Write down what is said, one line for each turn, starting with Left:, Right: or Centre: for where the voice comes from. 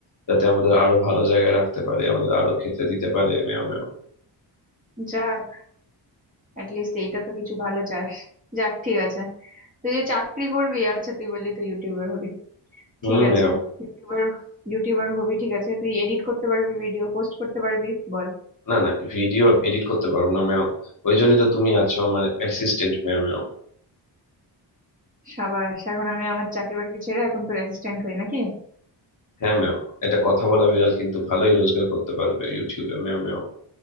Left: যাতে আমাদের আরো ভালো জায়গায় রাখতে পারে আমাদের আরো খেতে দিতে পারে মেও মেও
Right: যাক লিস্ট এইটা তো কিছু ভালো চাস যাক ঠিক আছে তুই যে চাকরি করবি আচ্ছা তুই বললি তুই ইউটিউবার হবি
Left: হুম
Right: ঠিক আছে
Left: মেও
Right: ইউটিউবার ইউটিউবার হবি ঠিক আছে তুই এডিট করতে পারবি ভিডিও পোস্ট করতে পারবি বল
Left: না না ভিডিও এডিট করতে পারবো না মেও ওই জন্যই তো তুমি আছো আমার অ্যাসিস্ট্যান্ট মেও মেও
Right: সাবাস এখন আমি আমার চাকরি বাকরি ছেড়ে এখন তোর অ্যাসিস্ট্যান্ট হই নাকি
Left: হ্যাঁ মেও এটা কথা বলা বিড়াল কিন্তু ভালোই রোজগার করতে পারবে ইউটিউবে মেও মেও